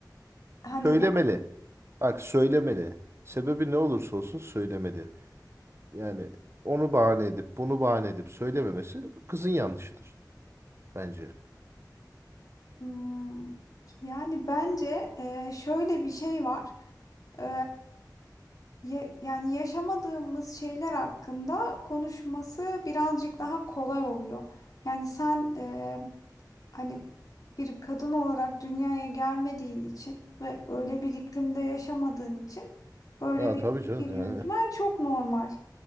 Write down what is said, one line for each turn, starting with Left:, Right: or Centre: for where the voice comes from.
Left: hani
Right: Söylemeli. Bak söylemeli. Sebebi ne olursa olsun söylemeli. Yani onu bahane edip bunu bahane edip söylememesi kızın yanlışıdır bence.
Left: Hmm, Yani bence e, şöyle bir şey var. E, ye- yani yaşamadığımız şeyler hakkında konuşması birazcık daha kolay oluyor. Yani sen e, hani bir kadın olarak dünyaya gelmediğin için ve öyle bir iklimde yaşamadığın için böyle
Right: Aa,
Left: bir
Right: tabii
Left: fikir
Right: canım
Left: yürütmen
Right: yani.
Left: çok normal.